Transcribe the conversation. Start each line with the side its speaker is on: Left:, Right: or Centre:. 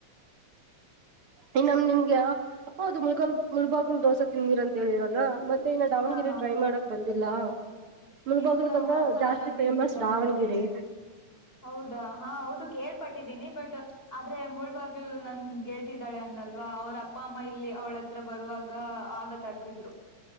Right: ಇ ನಮ್ ನಿಮ್ಗೆ ಹೌದು ಮುಳಗಲ್ ಮುಳಬಾಗಲ್ ದೋಸೆ ತಿಂದಿರಂತ ಹೇಳಿದರಲ್ಲ ಮತ್ತೆ ಇನ್ನು ದಾವಣಗಿರೆ
Left: ಹಾ ಹಾ
Right: ಟ್ರೈ ಮಾಡಕ್ ಬಂದಿಲ್ಲ ಮುಲ್ಭಾಗಕಂದ್ರ
Left: ಇಲ್ಲ ಒಂದ್ಸಲಾನೂ
Right: ಜಾಸ್ತಿ
Left: ತಿಂದಿಲ್ಲ
Right: ಫೇಮಸ್ ದಾವಣಗಿರೆ
Left: ರೀ ನಾನು ಹೌದಾ ಹಾ ಹೌದು ಕೇಳ್ಪಟ್ಟಿದ್ದೀನಿ ಬಟ್ ಆದ್ರೆ ಮುಳ್ಬಾಗಿಲ್ ನನ್ ಗೆಳ್ತಿದ್ದಾಳೆ ಅಂದಲ್ವಾ ಅವ್ರ ಅಪ್ಪ ಅಮ್ಮ ಇಲ್ಲಿ ಅವ್ಳ ಹತ್ರ ಬರುವಾಗ ಆಗ ತರ್ತಿದ್ರು